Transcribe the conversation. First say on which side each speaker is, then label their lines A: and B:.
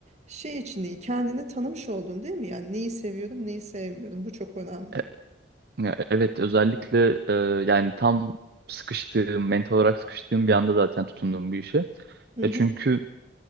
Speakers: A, on the right (about 35°); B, on the right (about 55°).
A: şey için iyi kendini tanımış oldun değil mi? Yani neyi seviyorum neyi sevmiyorum bu çok önemli.
B: E- ya evet, özellikle e, yani tam sıkıştığım, mental olarak sıkıştığım bir anda zaten tutundum bu işe.
A: Hı
B: E
A: hı.
B: çünkü